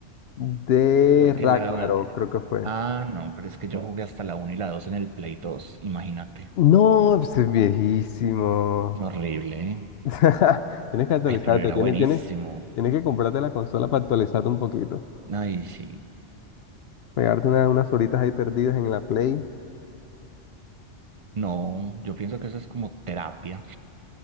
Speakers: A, on the left (about 65°); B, on the right (about 50°).
A: De
B: Porque
A: Ragnarok,
B: la...
A: creo que fue.
B: Ah, no, pero es que yo jugué hasta la uno y la 2 en el Play 2, imagínate.
A: No, pues es viejísimo.
B: Horrible, ¿eh?
A: <laughs> Tienes que actualizarte,
B: Ay, pero era
A: tienes,
B: buenísimo.
A: tienes, tienes que comprarte la consola para actualizarte un poquito.
B: Ay, sí.
A: Pegarte una- unas horitas ahí perdidas en la Play.
B: No, yo pienso que eso es como terapia.